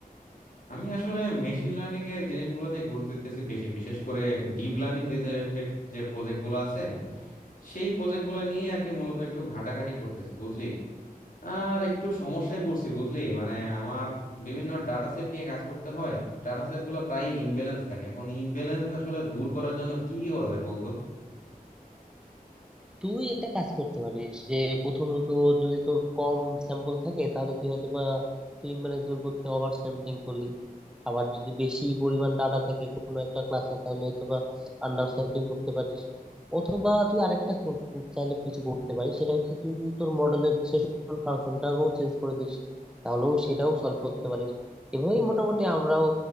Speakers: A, on the left (about 65°); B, in the centre.
A: আমি আসলে মেশিন লার্নিং এর জিনিসগুলোতে গুরুত্ব দিতেছি বেশি বিশেষ করে ডিপ লার্নিং রিলেটেড যে প্রজেক্ট গুলো আছে সেই প্রজেক্ট গুলো নিয়ে আর কি মূলত একটু ঘাটাঘাটি করতেছি বুঝলি আর একটু সমস্যায় পড়ছি বুঝলি মানে আমার বিভিন্ন ডাটা সেট নিয়ে কাজ করতে হয় ডাটা সেট গুলো প্রায় ইমব্যালেন্স থাকে এখন ইমব্যালেন্স আসলে দূর করার জন্য কি করা যায় বলতো
B: তুই একটা কাজ করতে পারিস যে প্রথমত যদি তোর কম স্যাম্পল থাকে তাহলে তুই হয়তো বা তুই মানে দূর করতে ওভার স্যাম্পলিং করলি আবার যদি বেশি পরিমাণ ডাটা থাকে কোনো একটা ক্লাসে তাহলে হয়তো বা আন্ডার স্যাম্পলিং করতে পারিস অথবা তুই আরেকটা কর- চাইলে কিছু করতে পারিস সেটা হচ্ছে তুই যদি তোর মডেলের সেশন ফাংশনটাকেও চেঞ্জ করে দিস তাহলেও সেটাও সলভ করতে পারিস এভাবেই মোটামুটি আমরাও